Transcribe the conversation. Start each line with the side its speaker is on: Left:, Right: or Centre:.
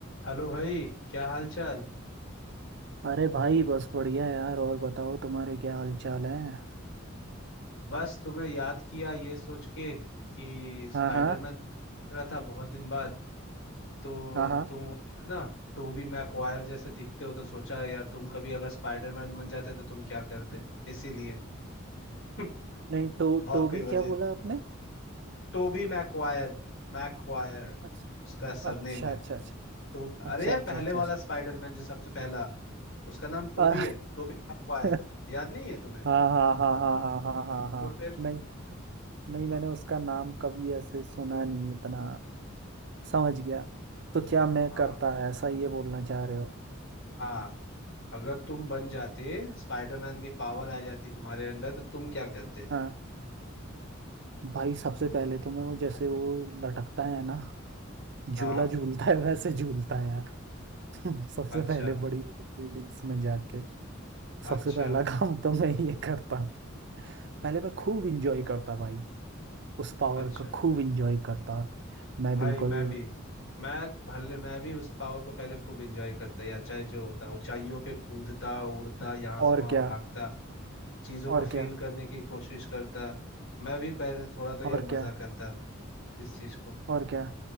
Left: हेलो भाई क्या हाल चाल
Right: अरे भाई बस बढ़िया यार और बताओ तुम्हारे क्या हाल चाल है
Left: बस तुम्हें याद किया ये सोच के कि स्पाइडरमैन
Right: हाँ हाँ
Left: मूवी देख रहा था बहुत दिन बाद तो
Right: हाँ हाँ
Left: तुम वो जो है ना टोबी मैकवायर जैसे दिखते हो तो सोचा यार तुम कभी अगर स्पाइडरमैन बन जाते तो तुम क्या करते इसीलिए <laughs>
Right: नहीं तो
Left: और
Right: टोबी
Left: कोई वजह
Right: क्या बोला आपने
Left: Toby Maguire मैकवायर
Right: अच्छा
Left: उसका सरनेम
Right: अच्छा
Left: है
Right: अच्छा
Left: तो
Right: अच्छा
Left: अरे यार
Right: अच्छा अच्छा
Left: पहले
Right: अच्छा
Left: वाला स्पाइडरमैन जो सबसे पहला उसका नाम टोबी
Right: अ-
Left: है टोबी मैकवायर
Right: <laughs>
Left: याद नहीं है तुम्हें
Right: हाँ हाँ हाँ हाँ हाँ हाँ हाँ हाँ
Left: तो फिर
Right: नहीं नहीं मैंने उसका नाम कभी ऐसे सुना नहीं इतना समझ गया तो क्या मैं
Left: हाँ
Right: करता है ऐसा ये बोलना चाह रहे हो
Left: हाँ अगर तुम बन जाते स्पाइडरमैन की पावर आ जाती तुम्हारे अंदर तो तुम क्या करते
Right: हाँ भाई सबसे पहले तो मैं वो जैसे वो लटकता है ना झूला
Left: हाँ
Right: झूलता है वैसे झूलता है यार <laughs> सबसे
Left: अच्छा
Right: पहले बड़ी बड़ी बिल्डिंग्स में जाके सबसे
Left: अच्छा
Right: पहला काम तो मैं ये करता पहले मैं खूब इंजॉय करता भाई उस पावर
Left: अच्छा
Right: का खूब इंजॉय करता मैं
Left: भाई
Right: बिल्कुल
Left: मैं भी मैं भले मैं भी उस पावर को पहले खूब एंजॉय करता या चाहे जो होता ऊंचाइयों पे कूदता उड़ता यहाँ से
Right: और
Left: वहां
Right: क्या
Left: भागता चीजों को
Right: और
Left: फील
Right: क्या
Left: करने की कोशिश करता मैं भी पहले थोड़ा तो यार
Right: और क्या
Left: मजा करता इस चीज को
Right: और क्या